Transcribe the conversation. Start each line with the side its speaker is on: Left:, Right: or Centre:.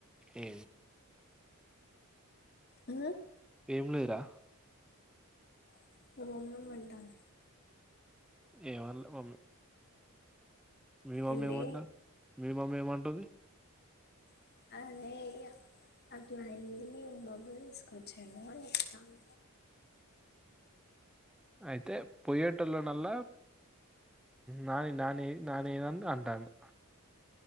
Centre: ఏ
Left: అ
Centre: ఏం లేరా
Left: <unintelligible> మంటాను
Centre: ఏమన లే మమ్మీ మి మమ్మీ
Left: ఏంటి
Centre: ఏమంటారు మి మమ్మీ ఏమంటుంది
Left: <unintelligible> అదే అట్లా అయింది <unintelligible> తీసుకొచ్చాను అని చెప్తాను
Centre: అయితే పొయ్యేటలోనల్లా న న నాని అంటా అను